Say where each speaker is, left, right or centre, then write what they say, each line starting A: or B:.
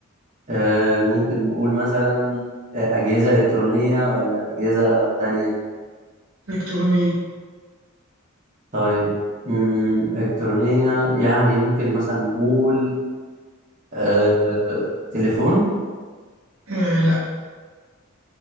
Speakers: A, on the right; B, on the right.
A: آه ممكن نقول مثلا آه، أجهزة إلكترونية ولا أجهزة تانية
B: إلكترونية
A: طيب مم، إلكترونية يعني ممكن مثلا نقول آه، تليفون
B: آه لأ